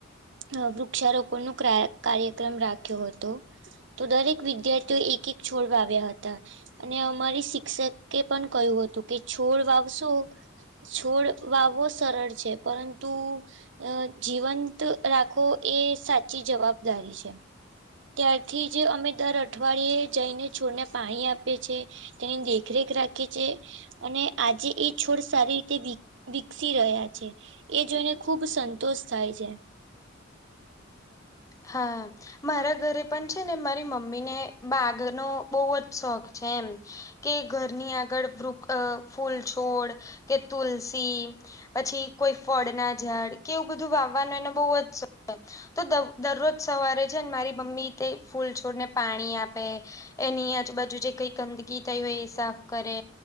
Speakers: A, on the right; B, on the left.
A: અહ વૃક્ષારોપણનો ક્રા કાર્યક્રમ રાખ્યો હતો. તો દરેક વિદ્યાર્થીઓ એક-એક છોડ વાવ્યા હતા. અને અમારી શિક્ષકે પણ કહ્યું હતું, કે છોડ વાવશો છોડ વાવવો સરળ છે, પરંતુ અહ જીવંત રાખવો એ સાચી જવાબદારી છે. ત્યારથી જ અમે દર અઠવાડિયે જઈને છોડને પાણી આપ પીએ છે, તેની દેખરેખ રાખીએ છે. અને આજે એ છોડ સારી રીતે વિક વિકસી રહ્યા છે. એ જોઈને ખુબ સંતોષ થાય છે.
B: હા. મારા ઘરે પણ છે ને મારી મમ્મીને બાગનો બઉજ શોખ છે એમ. કે ઘરની આગળ વૃક અ ફૂલછોડ કે તુલસી પછી કોઈ ફળના ઝાડ કે એવું બધું વાવવાનો એને બઉ જ શોખ છે તો દવ દરરોજ સવારે છેન મારી મમ્મી તે ફૂલ છોડને પાણી આપે એની આજુબાજુ જે કઈ ગંદગી થઈ હોય એ સાફ કરે